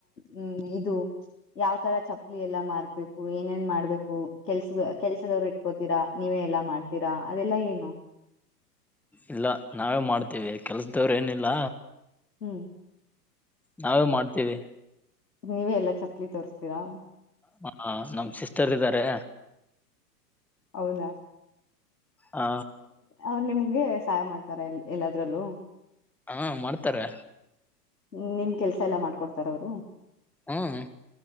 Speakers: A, on the left; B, in the centre.
A: ಹ್ಮ್ ಇದು ಯಾವ್ತರ ಚಪ್ಪಲಿ ಎಲ್ಲಾ ಮಾರ್ಬೇಕು ಏನೇನ್ ಮಾಡ್ಬೇಕು ಕೆಲ್ಸ ಕೆಲ್ಸದವ್ರು ಇಟ್ಕೋತೀರಾ ನೀವೇ ಎಲ್ಲಾ ಮಾಡ್ತೀರಾ ಅದೆಲ್ಲಾ ಏನು.
B: ಇಲ್ಲ ನಾವೇ ಮಾಡ್ತೀವಿ ಕೆಲ್ಸದವ್ರ್ ಏನಿಲ್ಲ.
A: ಹ್ಮ್
B: ನಾವೇ ಮಾಡ್ತೀವಿ.
A: ನೀವೇ ಎಲ್ಲಾ ಚಪ್ಲಿ ತೋರ್ಸ್ತೀರಾ?
B: ಮಾ ನಮ್ ಸಿಸ್ಟರ್ ಇದ್ದಾರೆ.
A: ಹೌದ?
B: ಆ
A: ಅವ್ರ್ ನಿಮ್ಗೆ ಸಹಾಯ ಮಾಡ್ತಾರ ಎ ಎಲ್ಲಾದ್ರಲ್ಲೂ?
B: ಹಾಂ ಮಾಡ್ತಾರೆ.
A: ಹ್ಮ್ ನಿಮ್ ಕೆಲ್ಸ ಎಲ್ಲಾ ಮಾಡ್ಕೊಡ್ತಾರ ಅವರು?
B: ಹ್ಮ್.